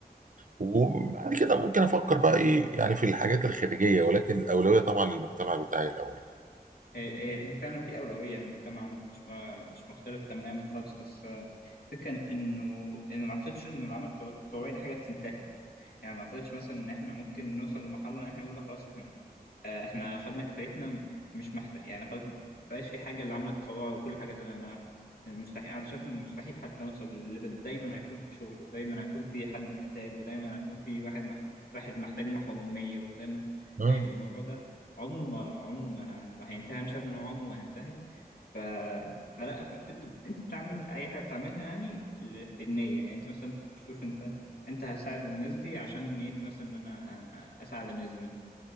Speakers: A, on the right; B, on the left.
A: وبعد كده ممكن افكر بقى ايه يعني في الحاجات الخارجيه ولكن الاولويه طبعا للمجتمع بتاعي الاول يعني.
B: هي هي هي فعلا في أولوية المجتمع مش م- مش مختلف تماما خالص بس آه، الفكرة إنه إنه ما أعتقدش إنه العمل التطوعي دي حاجة بتنتهي يعني ما أعتقدش مثلا إن إحنا ممكن نوصل لمرحلة إن إحنا نقول لا خلاص إحنا آه، احنا خدنا كفايتنا م- مش محتاج يعني خلاص مبقاش في حاجه اللي عامله تطوع وكل حاجه تمام أنا- مستحيل انا شايف ان مستحيل حتى نوصل للليفل دايما هيكون في شغل ودايما هيكون في حد محتاج ودايما هيكون في واحد محتاج واحد محتاج محو اميه ودايما
A: مم.
B: دايما الموضوع ده عمره ما عمره ما ما هينتهي انا شايف ان هو عمره ما هينتهي ف... فلا ف- فانت انت بتعمل اي حاجه بتعملها يعني ل- بالنيه يعني انت مثلا تشوف انت انت هساعد الناس دي عشان نيتي مثلا ان انا اساعد الناس دي